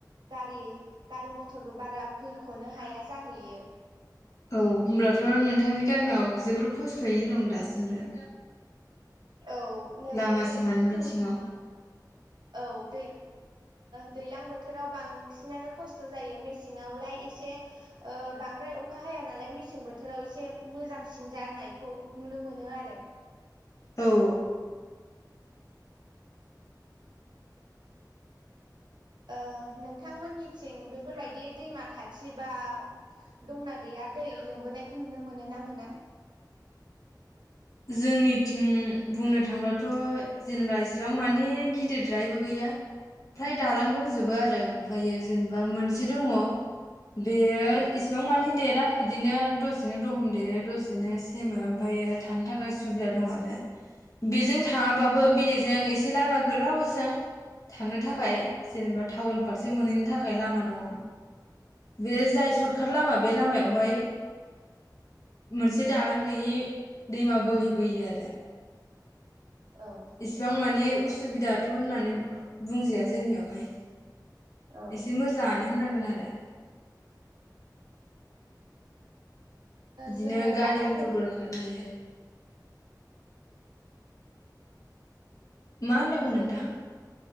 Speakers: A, on the right; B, on the left.
A: गारि गारि मथरबो बारा फैखनो हाया जाहैयो।
B: औ होनोमब्लाथ नोंथांनि गामियाव जोबोर खस्थयैनो दं दासिमबो।
A: औ नैबे
B: लामा
A: दो
B: सामानि बिथिङाव
A: ओ औ। ओ दैलां बोथोराव बांसिनानो खस्थ' जायो मेसेंआवलाय एसे ओ बांद्राय अखा हाया नालाय मेसें बोथोराव एसे मोजांसिन जानायखौ नुनो मोनो आरो।
B: औ
A: ओ नोंथांमोननिथिं बेफोरबायदि दैमा खाथि बा दंना गैया दै लोमबोनायखौ नुनो मोनो ना मोना?
B: जोंनिथिं बुंनो थांब्लाथ जेनेबा इसिबां माने गिदिरद्रायबो गैया फ्राय दालां दंजोबो आरो ओमफ्रायो जेनेबा मोनसे दंङ। बेयो
A: औ
B: इसिबां मानि देरा। इदिनो दसेनो दहम देरो दसेनो सेमो ओमफायो थांनो थाखाय सुबिदा दं आरो बेजों थाङाबाबो बेलेगजों एसे लामा गोलावजों थांनो थाखाय
A: औ
B: जेनेबा टाउन फारसे मोनहैनो थाखाय लामा दंङ बे जाय सर्टकाट लामा बे लामायावहाय मोनसे दालां गैयि दैमा बोहैबोयो आरो।
A: औ
B: इसिबां माने उस सुबिदाथ होननानै बुंजाया जोंनियावहाय
A: ओ
B: एसे मोजांङानो। होननांगोन आरो <inaudible> बिदिनो
A: जोङो
B: गारि
A: दा
B: मथरफोर
A: जों
B: खारनो हायो। मा होनदोंमोन
A: जों
B: नोंथां।